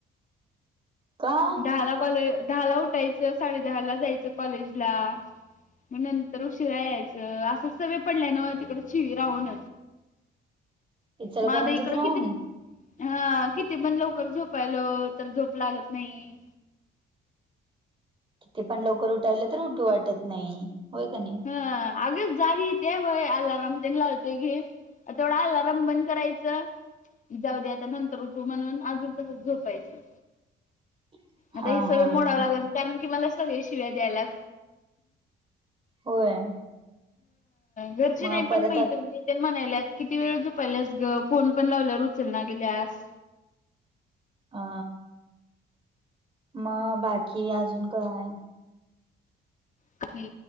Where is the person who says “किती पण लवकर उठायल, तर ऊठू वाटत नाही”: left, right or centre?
Right